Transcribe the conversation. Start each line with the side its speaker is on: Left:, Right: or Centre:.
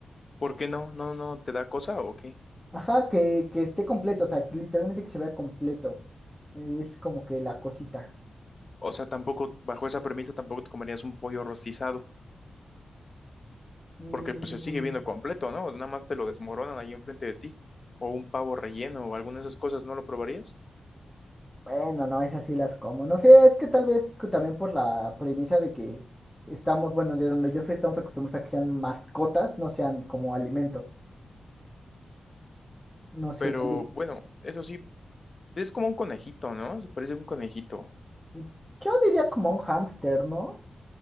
Left: ¿por qué no? ¿No, no te da cosa o qué?
Centre: Ajá, que, que esté completo, o sea, que literalmente que se vea completo. eh, Es como que la cosita.
Left: O sea, tampoco, bajo esa premisa, tampoco te comerías un pollo rostizado.
Centre: Mm,
Left: porque pues se sigue viendo completo, ¿no? Nada más te lo desmoronan ahí enfrente de ti, o un pavo relleno o alguna de esas cosas, ¿no lo probarías?
Centre: Bueno, no, esas sí las como. No sé, es que tal vez que también por la premisa de que estamos, bueno, de donde yo soy, estamos acostumbrados a que sean mascotas, no sean como alimento. No sé,
Left: Pero
Centre: tal vez-
Left: bueno, eso sí, es como un conejito, ¿no? Se parece a un conejito.
Centre: mm, yo diría como un hámster, ¿no?